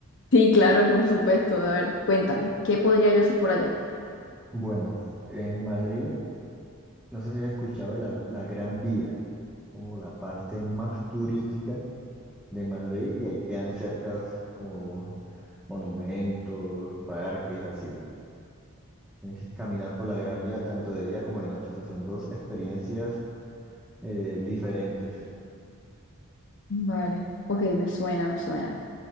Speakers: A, on the left; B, in the centre.
A: Sí, claro, por supuesto. A ver, cuéntame, ¿qué podría yo hacer por allá?
B: Bueno, en Madrid, no sé si has escuchado de la, la Gran Vía, como la parte más turística de Madrid, y ahí quedan cercas como monumentos, parques, así. Tienes que caminar por la Gran Vía tanto de día como de noche. O sea, son dos experiencias eh, diferentes.
A: Vale, ok, me suena, me suena.